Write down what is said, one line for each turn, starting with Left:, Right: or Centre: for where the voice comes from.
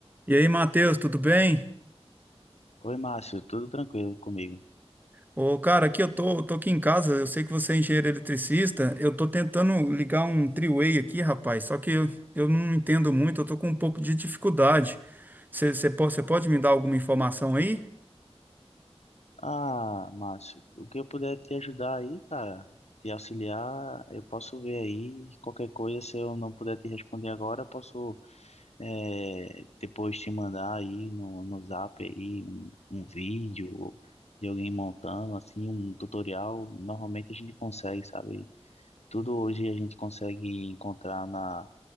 Right: E aí, Matheus, tudo bem?
Left: Oi, Márcio, tudo tranquilo comigo?
Right: Ô, cara, aqui eu tô, tô aqui em casa, eu sei que você é engenheiro eletricista, eu tô tentando ligar um three-way aqui, rapaz, só que eu, eu não entendo muito, eu tô com um pouco de dificuldade. Você pode me dar alguma informação aí?
Left: Ah, Márcio, o que eu puder te ajudar aí, cara, te auxiliar, eu posso ver aí. Qualquer coisa, se eu não puder te responder agora, eu posso eh, depois te mandar aí no, no Zap aí um, um vídeo de alguém montando, assim, um tutorial. Normalmente a gente consegue, sabe? Tudo hoje a gente consegue encontrar na,